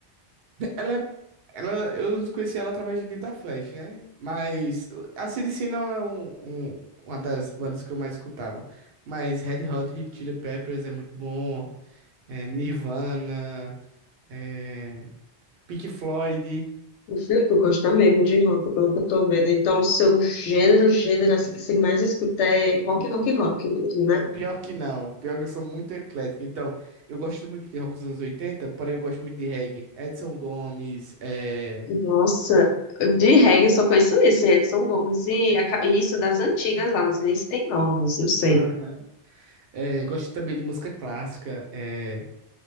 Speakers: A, on the right (about 65°); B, on the left (about 85°).
A: Ela, é- ela, eu conheci ela através do Guitar Flash, né? Mas uh, a CDC não é um, um- uma das bandas que eu mais escutava. Mas Red Hot Chili Peppers é muito bom, é Nirvana, é Pink Floyd.
B: O filho, tu gosta mesmo de rock, pelo que eu tô vendo. Então, o seu gênero, gênero assim, que você mais escuta é rock, rock, rock mesmo, né?
A: Pior que não. Pior que eu sou muito eclético. Então, eu gosto muito de rock dos anos 80, porém eu gosto muito de reggae. Edson Gomes, é,
B: Nossa, de reggae eu só conheço esse, Edson Gomes. E a ca- e isso das antigas lá, não sei nem se tem novos, não sei.
A: Aham. é, gosto também de música clássica. é,